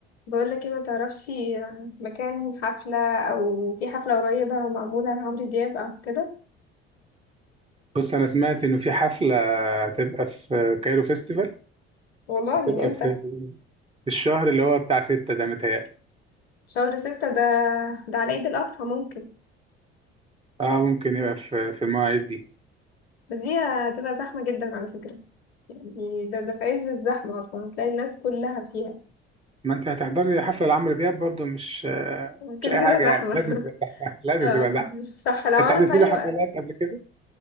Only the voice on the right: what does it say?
بص انا سمعت انه في حفله هتبقى في كايرو فيستيفال
هتبقى
في في الشهر اللي هو بتاع ستة ده متهيألي
اه ممكن يبقى في في المواعيد دي
ما انت هتحضري حفله لعمرو دياب برضو مش آه،
مش اي
حاجه
يعني لازم تبقى
زحمه <laughs> لازم
تبقى زحمه
انت
حضرت
له
حفلات
قبل كده